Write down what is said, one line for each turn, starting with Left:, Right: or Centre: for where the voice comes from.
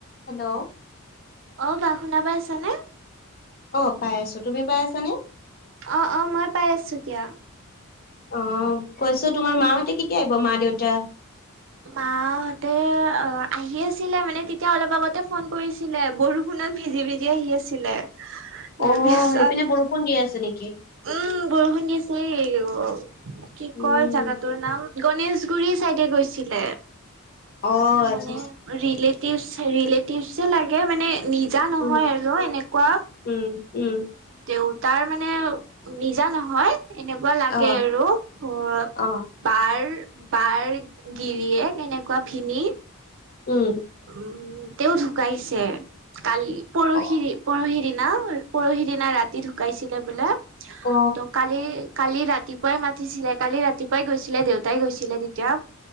Left: Hello.
Right: অহ, বা শুনা পাই আছানে?
Left: অহ, পাই আছো। তুমি পাই আছানে?
Right: অহ', অহ' মই পাই আছোঁ দিয়া।
Left: অহ, কৈছো তোমাৰ মাহঁতে কেতিয়া আহিব, মা-দেউতা।
Right: মাহঁতে অহ, আহি আছিলে মানে তেতিয়া অলপ আগতে ফোন কৰিছিল। কৰিছিলে বৰষুণত ভিজি-ভিজি আহি আছিলে। তাৰপিছত
Left: অহ, সেইপিনে বৰষুণ দি আছে নেকি?
Right: উম, বৰষুণ দিছে এই অহ। কি
Left: উম
Right: কয় জাগাটোৰ নাম? গণেশগুৰি চাইডে গৈছিলে,
Left: অ আচ্ছা
Right: মানে
Left: আচ্ছা
Right: ৰিলেটিভ-ৰিলেটিভ যে লাগে মানে নিজ নিজা নহয়
Left: উম
Right: আৰু এনেকুৱা।
Left: উম উম
Right: দেউতাৰ মানে নিজা নহয় এনেকুৱা লাগে
Left: অ
Right: আৰু‌। অহ
Left: অ
Right: বাৰ, বাৰ গিৰিয়ে এনেকুৱা ভিনি।
Left: উম।
Right: উম, তেওঁ ঢুকাইছে কালি, পৰহি-পৰহি
Left: অ
Right: দিনা। পৰহি দিনা ৰাতি ঢুকাইছিলে বোলে ত'
Left: অ
Right: কালি কালি ৰাতিপুৱাই মাতিছিলে, কালি ৰাতিপুৱাই গৈছিলে দেউতাই গৈছিলে তেতিয়া।